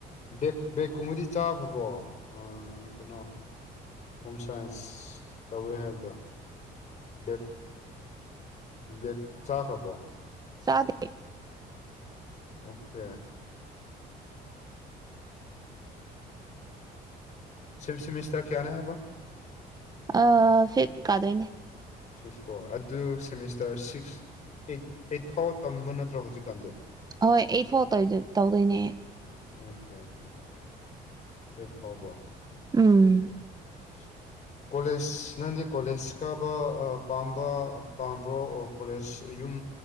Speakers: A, on the left; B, on the right.
A: ꯕꯦꯛ ꯕꯦꯒꯀꯨꯝꯕꯗꯤ ꯆꯥꯈ꯭ꯔꯕꯣ ꯀꯩꯅꯣ ꯍꯣꯝ ꯁꯥꯏꯟꯁ ꯇꯧꯋꯦ ꯍꯥꯏꯕꯗꯣ ꯕꯦꯠ ꯕꯦꯛ ꯆꯥꯈ꯭ꯔꯕꯣ
B: ꯆꯗꯦ
A: ꯑꯣꯀꯦ ꯁꯤꯞ ꯁꯤꯃꯤꯁꯇ꯭ꯔ ꯀꯌꯥꯅꯦ ꯍꯥꯏꯕ
B: ꯑꯥ ꯐꯤꯠ ꯀꯥꯗꯣꯏꯅꯦ
A: ꯐꯤꯐ ꯀꯣ ꯑꯗꯨ ꯁꯦꯃꯤꯁꯇꯔ ꯁꯤꯛꯁ ꯑꯩꯠ ꯑꯩꯠ ꯐꯥꯎ ꯇꯝꯕ ꯅꯠꯇ꯭ꯔꯣ ꯍꯧꯖꯤꯛꯀꯥꯟꯗꯤ
B: ꯍꯣꯏ ꯑꯩꯠꯐꯧ ꯇꯧꯗꯣꯏꯅꯦ
A: ꯑꯣꯀꯦ ꯑꯣꯀꯦ ꯑꯩꯠ ꯐꯥꯎ ꯀꯣ
B: ꯎꯝ
A: <inaudible> ꯀꯣꯂꯦꯖꯅꯪꯗꯤ ꯀꯣꯂꯦꯖ ꯀꯥꯕ ꯄꯥꯝꯕ ꯄꯥꯝꯕ꯭ꯔꯣ ꯑꯣꯔ ꯀꯣꯂꯦꯖ ꯌꯨꯝ